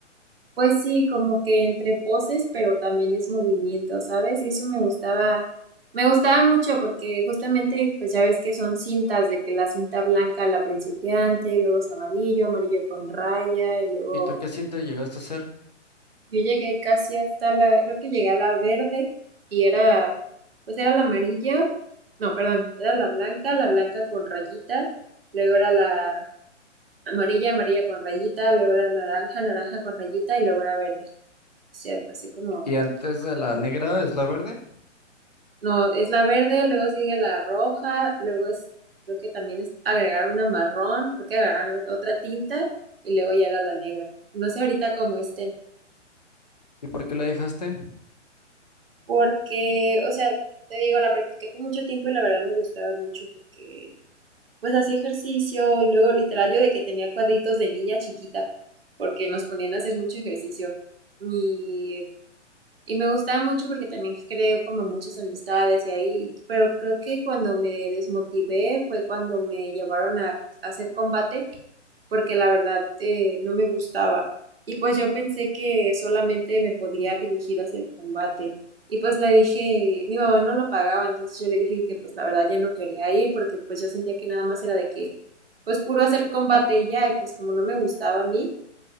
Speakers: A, on the right; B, on the left.
A: Pues sí, como que entre poses, pero también es movimiento, ¿sabes? Y eso me gustaba, me gustaba mucho porque justamente, pues ya ves que son cintas, de que la cinta blanca, la principiante, luego es amarillo, amarillo con raya, y luego
B: ¿Y tú qué siete llegaste a hacer?
A: Yo llegué casi hasta la, creo que llegué a la verde y era, pues era la amarilla, no, perdón, era la blanca, la blanca con rayita, luego era la amarilla, amarilla con rayita, luego era naranja, naranja con rayita y luego era verde. O sea, pasé como,
B: Y antes de la negra es la verde,
A: no, es la verde, luego sigue la roja, luego es, creo que también es agregar una marrón, creo que agregar otra tinta y luego ya era la negra. No sé ahorita cómo esté.
B: ¿y por qué la dejaste?
A: Porque, o sea, te digo, la practiqué por mucho tiempo y la verdad me gustaba mucho porque, pues, hacía ejercicio y luego literal yo de que tenía cuadritos de niña chiquita, porque nos ponían a hacer mucho ejercicio. Y, y me gustaba mucho porque también creo como muchas amistades y ahí, pero creo que cuando me desmotivé fue cuando me llevaron a hacer combate porque la verdad eh, no me gustaba. Y pues yo pensé que solamente me podría dirigir hacia el combate. Y pues le dije, mi mamá no lo pagaba, entonces yo le dije que pues la verdad ya no quería ir porque pues yo sentía que nada más era de que pues puro hacer combate y ya, y pues como no me gustaba a mí,